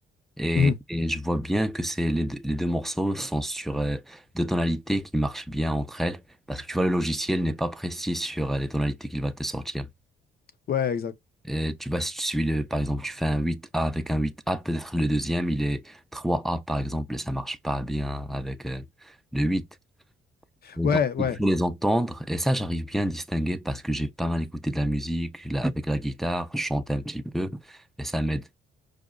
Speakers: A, in the centre; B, on the left.
A: Et,
B: mhm.
A: et je vois bien que c'est les deux, les deux morceaux sont sur euh, deux tonalités qui marchent bien entre elles. Parce que tu vois, le logiciel n'est pas précis sur euh, les tonalités qu'il va te sortir.
B: Ouais, exact.
A: Et tu vois, si tu suis le, par exemple, tu fais un 8A avec un 8A, peut-être le deuxième, il est 3A, par exemple, et ça marche pas bien avec euh, le 8. Et
B: Ouais,
A: Donc,
B: ouais.
A: il faut les entendre. Et ça, j'arrive bien à distinguer parce que j'ai pas mal écouté de la musique, là, avec la guitare, je chante un petit peu, et ça m'aide.